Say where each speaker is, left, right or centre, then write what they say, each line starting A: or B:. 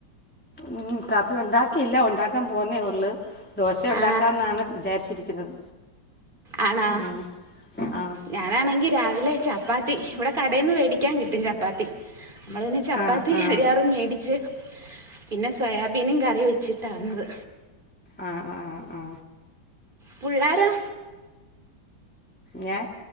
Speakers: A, in the centre; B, on the right (about 25°).
A: ഉം കാപ്പി ഉണ്ടാക്കിയില്ല ഉണ്ടാക്കാൻ പോവുന്നേ ഉള്ളൂ ദോശ ഉണ്ടാക്കാന്നാണ്
B: ആ
A: വിചാരിച്ചിരിക്കുന്നത്.
B: ആണോ?
A: ഉം. ആ
B: ഞാനാണെങ്കി രാവിലെ ചപ്പാത്തി ഇവിടെ കടയിൽ നിന്ന് മേടിക്കാൻ കിട്ടും ചപ്പാത്തി. നമ്മള് പിന്നെ ചപ്പാത്തി
A: ആ ആ
B: <unintelligible> മേടിച്ച് പിന്നെ സോയാബീനും കറി വെച്ചിട്ടാ വന്നത്.
A: ആ ആ ആ ആ
B: പുള്ളാരോ?
A: ഞാൻ